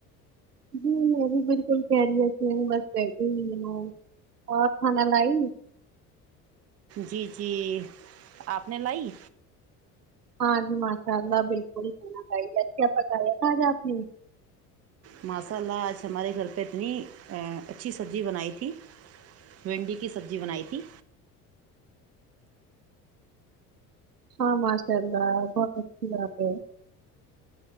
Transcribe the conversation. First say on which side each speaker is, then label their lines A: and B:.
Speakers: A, on the right; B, on the right.
A: جی میں بھی بالکل خیریت سے ہوں بس بیٹھی ہی اور کھانا لائی
B: جی جی آپ نے لائی
A: ہاں جی ماشاء اللہ بالکل <unintelligible>
B: ماساء اللہ آج ہمارے گھر پہ اتنی اچھی سبزی بنائی تھی بھنڈی کی سبزی بنائی تھی
A: اچھا ماشاء اللہ بہت اچھی بات ہے